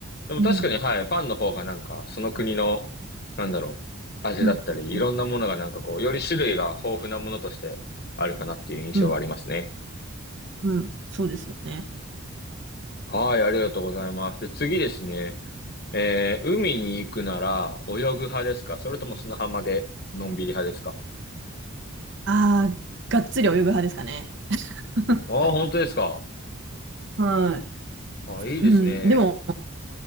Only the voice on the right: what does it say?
うん。
うん。
うん。
うん。うんそうですね。
ああ、がっつり泳ぐ派ですかね。<laughs>
は
い。うん、でも、